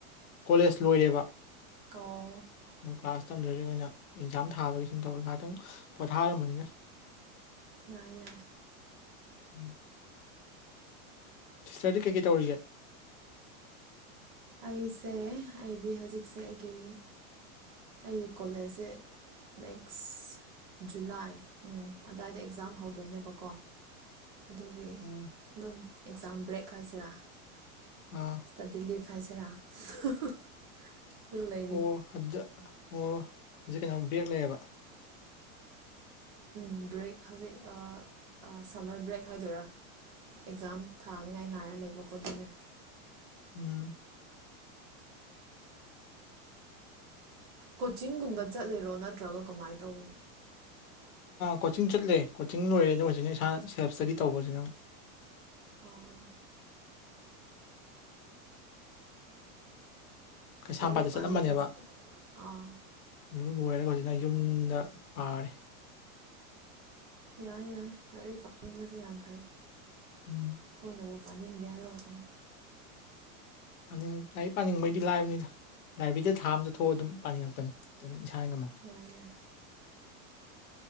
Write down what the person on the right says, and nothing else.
ꯑꯣ
ꯌꯥꯏ ꯌꯥꯏ
ꯑꯩꯁꯦ ꯑꯩꯒꯤ ꯍꯧꯖꯤꯛꯁꯦ ꯑꯩꯒꯤ ꯑꯩꯒꯤ ꯀꯣꯂꯦꯖꯁꯦ ꯅꯦꯛꯁ ꯖꯨꯂꯥꯏ ꯎꯝ ꯑꯗꯥꯏꯗ ꯑꯦꯛꯖꯥꯝ ꯍꯧꯗꯣꯏꯅꯦꯕꯀꯣ ꯑꯗꯨꯒꯤ
ꯑꯗꯨꯝ ꯑꯦꯛꯖꯥꯝ ꯕ꯭ꯔꯦꯛ ꯍꯥꯏꯁꯤꯔꯥ
ꯁ꯭ꯇꯗꯤ ꯂꯤꯐ <inaudible> ꯂꯩꯔꯤ
ꯎꯝ ꯕ꯭ꯔꯦꯛ ꯍꯧꯖꯤꯛ ꯑ ꯁꯝꯃꯔ ꯕ꯭ꯔꯦꯛ ꯍꯥꯏꯗꯣꯏꯔꯥ ꯑꯦꯛꯖꯥꯝ ꯊꯥꯅꯤꯡꯉꯥꯏ ꯉꯥꯏꯔ ꯂꯩꯕꯀꯣ ꯑꯗꯨꯒꯤ
ꯀꯣꯆꯤꯡꯒꯨꯝꯕ ꯆꯠꯂꯤꯔꯣ ꯅꯠꯇ꯭ꯔꯒ ꯀꯃꯥꯏꯅ ꯇꯧꯋꯤꯅꯣ
ꯑꯥ
ꯂꯥꯏꯔꯤꯛ
ꯄꯥꯅꯤꯡꯕ ꯑꯥ
ꯌꯥꯏ ꯌꯥꯏ ꯂꯥꯏꯔꯤꯛ ꯄꯥꯅꯤꯡꯕꯁꯦ ꯌꯥꯝ ꯐꯩ
ꯑꯩꯈꯣꯏꯅꯕꯨ ꯄꯥꯅꯤꯡꯗꯦ ꯍꯥꯏꯕ ꯈꯛꯇꯪ
ꯌꯥꯏ ꯌꯥꯏ